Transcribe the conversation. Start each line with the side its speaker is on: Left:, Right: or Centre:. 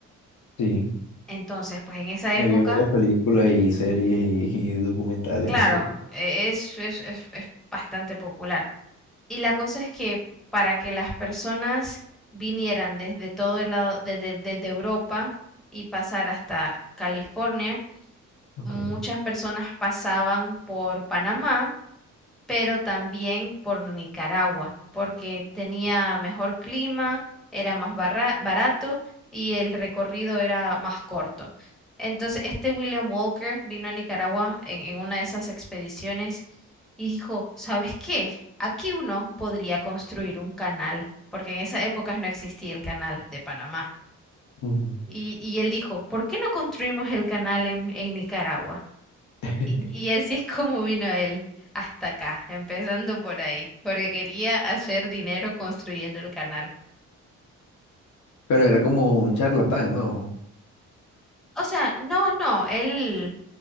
Left: Sí,
Centre: Entonces, pues en esa
Left: me
Centre: época
Left: vi varias películas y series y, y documentales
Centre: Claro,
Left: acerca.
Centre: e- es, es, es, es bastante popular. Y la cosa es que para que las personas vinieran desde todo el lado, desde, desde Europa y pasar hasta California,
Left: Okay.
Centre: muchas personas pasaban por Panamá pero también por Nicaragua, porque tenía mejor clima, era más barra- barato y el recorrido era más corto. Entonces, este William Walker vino a Nicaragua en, en una de esas expediciones y dijo, ¿sabes qué? Aquí uno podría construir un canal, porque en esas épocas no existía el canal de Panamá.
Left: Ujú.
Centre: Y, y él dijo, ¿por qué no construimos el canal en en Nicaragua?
Left: <laughs>
Centre: Y, y así es como vino él hasta acá, empezando por ahí, porque quería hacer dinero construyendo el canal.
Left: Pero era como un charlatán, ¿no?
Centre: O sea, no, no, él,